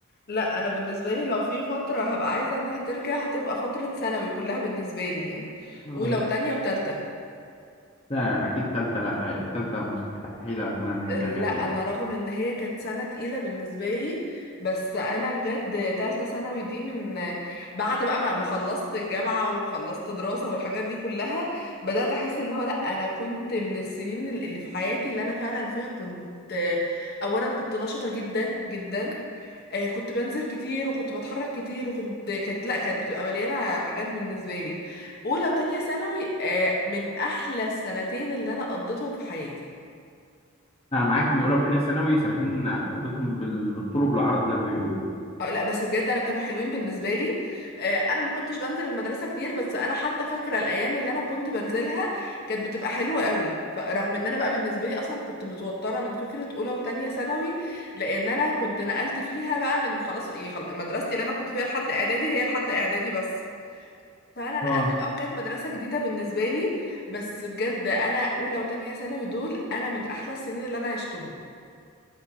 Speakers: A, on the left; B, on the left.
A: لا انا بالنسبه لي لو في فتره هبقى عايزه انها ترجع هتبقى فتره ثانوي كلها بالنسبه لي يعني
B: آه.
A: اولى وتانية وتالتة
B: لا أكيد تالتة لأ تالتة مستحيل أتمنى إن هي
A: لا
B: ترجع تاني
A: انا رغم ان هي كانت سنه تقيله بالنسبه لي بس انا بجد تالتة ثانوي دي من بعد بقى ما ما خلصت الجامعه وخلصت دراسه والحاجات دي كلها بدات احس اللي هو لا انا كنت من السنين اللي اللي في حياتي اللي انا فعلا فيها كنت اولا كنت نشطه جدا جدا آه، كنت بنزل كتير وكنت بتحرك كتير وكنت كانت لا كانت بتبقى مليانه حاجات بالنسبه لي اولى وتانية ثانوي آه، من احلى السنتين اللي انا قضيتهم في حياتي
B: أنا معاك إن أولى وتانية ثانوي سنتين قضيتهم بال- بالطول وبالعرض زي ما بيقولوا
A: آه، لا بس بجد انا كانوا حلوين بالنسبه لي آه، انا ما كنتش بنزل المدرسه كتير بس انا حتى فاكره الايام اللي انا كنت بنزلها كانت بتبقى حلوه قوي فرغم ان انا بقى بالنسبه لي اصلا كنت متوتره من فكره اولى وتانية ثانوي لان انا كنت نقلت فيها بقى من خلاص يعني خل- مدرستي اللي انا كنت فيها لحد اعدادي هي لحد اعدادي بس فانا نقلت
B: اه
A: في الاول كانت مدرسه جديده بالنسبه لي بس بجد انا اولى وتانية ثانوي دول انا من احلى السنين اللي انا عشتهم